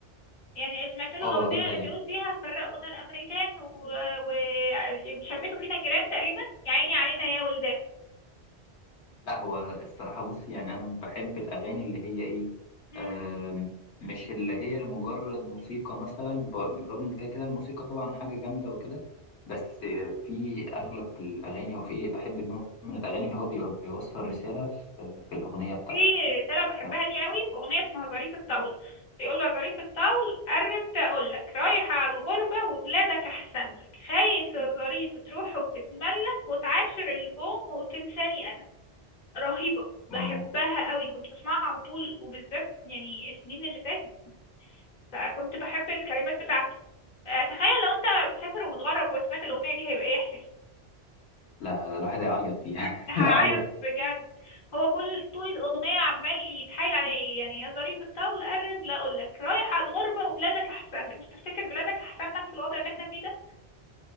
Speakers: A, on the left (about 50°); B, on the left (about 85°).
A: يعني سمعت له
B: اه
A: الاغنية
B: دي حقيقة
A: اللي بيقول فيها فرقونا الامريكان وشمتوا فينا الجيران تقريبا يا عيني علينا يا ولدان
B: لا هو الصراحة بص يعني أنا بحب الأغاني اللي هي إيه
A: مم.
B: آم، مش اللي هي لمجرد موسيقى مثلا ب- رغم إن كده كده الموسيقى طبعا حاجة جامدة وكده بس في أغلب الأغاني أو في بحب النوع من الأغاني اللي هو بيبقى بيوصل رسالة في, في الأغنية بتاعته
A: في رسالة بحبها
B: فاهم؟
A: ليه قوي في اغنية اسمها ظريف الطول بيقول له يا ظريف الطول قربت اقول لك رايحة على الغربة وبلادك احسن لك خايف يا ظريف تروح وتتملك وتعاشر الجوم وتنساني انا رهيبة بحبها
B: أوه.
A: قوي كنت بسمعها على طول وبالذات يعني السنين اللي فاتت فكنت بحب الكلمات بتاعته آه، تخيل لو انت مسافر ومتغرب وسمعت الأغنية دي هيبقى ايه احساسك
B: لا الواحد يعيط فيها <laughs>
A: هعيط
B: يعيط
A: بجد هو كل طول الأغنية عمال يتحايل عليه يعني يا ظريف الطول قرب لا أقول لك رايح على الغربة وبلادك أحسن لك مش تفتكر بلادك أحسن لك في الوضع اللي احنا فيه ده